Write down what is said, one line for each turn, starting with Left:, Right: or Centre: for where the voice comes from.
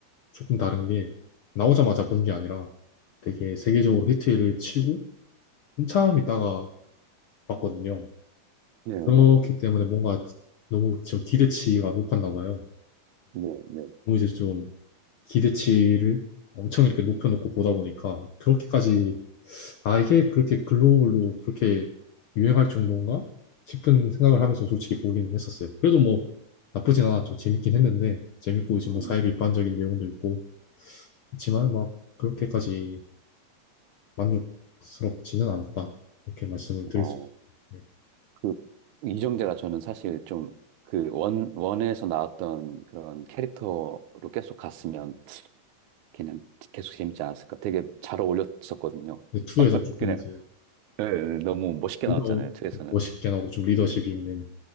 Left: 조금 다른 게, 나오자마자 본 게 아니라 되게 세계적으로 히트를 치고 한참 있다가 봤거든요.
Right: 네네
Left: 그렇기 때문에 뭔가 너무 저 기대치가 높았나 봐요.
Right: 네네
Left: 너무 이제 좀 기대치를 엄청 이렇게 높여놓고 보다 보니까 그렇게까지 아, 이게 그렇게 글로벌로 그렇게 유행할 정도인가? 싶은 생각을 하면서 솔직히 보기는 했었어요. 그래도 뭐 나쁘진 않았죠. 재밌긴 했는데, 재밌고 이제
Right: 음,
Left: 뭐 사회 비판적인 내용도 있고, 그렇지만 막 그렇게까지 만족스럽지는 않았다. 이렇게 말씀을 드릴
Right: 어,
Left: 수 있어요
Right: 그 이정재가 저는 사실 좀 그 원 원에서 나왔던 그런 캐릭터로 계속 갔으면 그냥 계속 재밌지 않았을까. 되게 잘 어울렸었거든요.
Left: 근데 2에서 조금
Right: 그냥
Left: 이제
Right: 예, 예, 너무 멋있게
Left: 리더
Right: 나왔잖아요. 투에서는
Left: 멋있게 나오고 좀 리더십이 있는